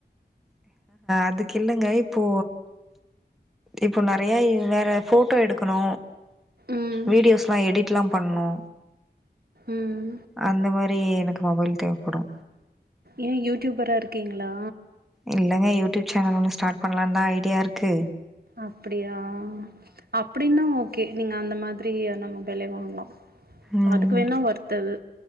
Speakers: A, in the centre; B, on the right.
A: அதுக்கில்லங்க இப்போ இப்போ நெறையய் வேற ஃபோட்டோ எடுக்கனு
B: ம்
A: வீடியோஸ்லா எடிட்லா பண்ணு
B: ம்
A: அந்த மாரி எனக்கு மொபைல் தேவப்படு
B: ஏ யூட்யூபரா இருக்கீங்களா?
A: இல்லெங்க யூட்யூப் சேனல் ஒன்னு ஸ்டாட் பண்லான் தா ஐடியாருக்கு
B: அப்பிடியா அப்பிடின்னா ஓகே நீங்க அந்த மாதிரியான மொபைலே வாங்லா
A: ம்
B: அதுக்கு வேணா ஒர்த்தது